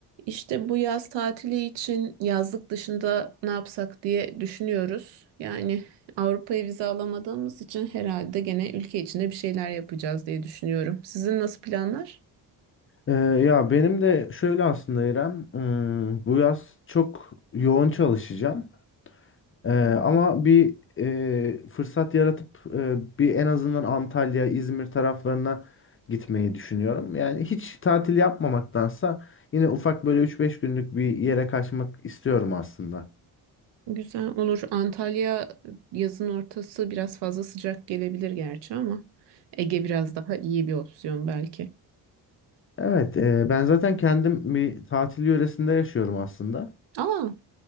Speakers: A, on the right (about 60°); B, on the left (about 25°).
A: İşte bu yaz tatili için yazlık dışında ne yapsak diye düşünüyoruz. Yani Avrupa'ya vize alamadığımız için herhalde gene ülke içinde bir şeyler yapacağız diye düşünüyorum. Sizin nasıl planlar?
B: Ee, ya benim de şöyle aslında İrem, ım, bu yaz çok yoğun çalışacağım. Ee, ama bir e, fırsat yaratıp e, bir en azından Antalya, İzmir taraflarına gitmeyi düşünüyorum. Yani hiç tatil yapmamaktansa yine ufak böyle üç beş günlük bir yere kaçmak istiyorum aslında.
A: Güzel olur. Antalya yazın ortası biraz fazla sıcak gelebilir gerçi ama Ege biraz daha iyi bir opsiyon belki.
B: Evet, e, ben zaten kendim bir tatil yöresinde yaşıyorum aslında.
A: Aa,